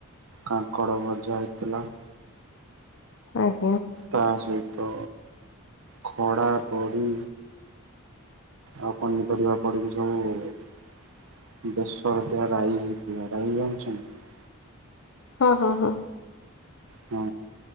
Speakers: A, on the right; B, on the left.
A: କାଙ୍କଡ଼ ଭଜା ହେଇଥିଲା।
B: ଆଇଁ
A: ତା ସହିତ ଖଡା ବଡ଼ି ଆଉ ପନିପରିବା ପଡିକି ସବୁ ବେଶର ଦିଆ ରାଇ ହେଇଥିଲା ରାଇ ଜାଣଚନ୍ତି
B: ହଁ ହଁ ହଁ।
A: ହଁ